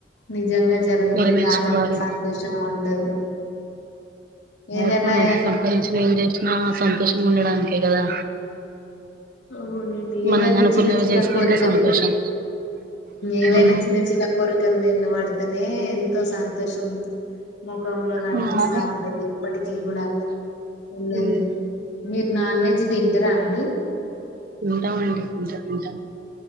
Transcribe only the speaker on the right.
నెరవేర్చుకోవాలి
అన ఎంత సంపాదించిన ఏం చేసినా సంతోషంగా ఉండడానికి కదా
మనం
అనుకున్నవి
చేస్తే
ఇంకా సంతోషం
ఉమ్,
ఉమ్, అదే
ఉమ్,
తింటాం మండి ఇంట్లో తింటాం